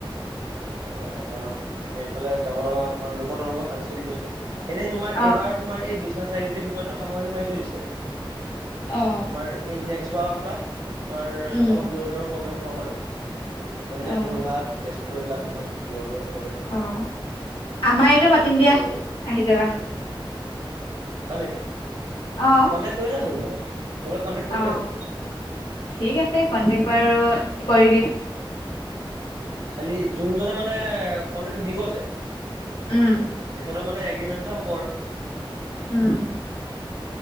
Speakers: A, on the right (about 60°); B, on the left (about 85°).
A: অ' অ', সেইফালে যাব লগা হয় তোমাৰ লোকতৰংগ সাংস্কৃতিক গোষ্ঠী। এনেই তোমাৰ
B: অ
A: এইবাৰ তোমাৰ এই বিশ্বনাথ চাৰিআলিটোৰ ভিতৰতে সামৰণি মাৰি থৈ দিছে।
B: অ'।
A: তোমাৰ এই নেক্সট বাৰৰ পৰা, তোমাৰ
B: উম
A: অলপ দূৰৰ দূৰৰ প্ৰগ্ৰেম ল'ম আৰু। যেনেকে
B: অ
A: যোৰহাট, তেজপুৰ এইবিলাক অকণমান দূৰৰ-দূৰৰ।
B: অ', আমাৰ ইয়াতো মাতিম দিয়া,
A: ল'ব লাগিব
B: আহি যাবা।
A: হয় নেকি,
B: অ
A: কণ্টেক্ট কৰিলেই হ'ল মোৰ লগত, মোৰ লগত কন্টেক্ট কৰিলেই
B: অ
A: হ'ল।
B: ঠিক আছে, কন্টেক্ট বাৰু কৰি দিম।
A: খালি যোনজনে মানে কন্টেক্টটো দিব যে
B: উম
A: তেখেতৰ মানে এগ্ৰীমেণ্ট এটা হ'ব আৰু।
B: উম।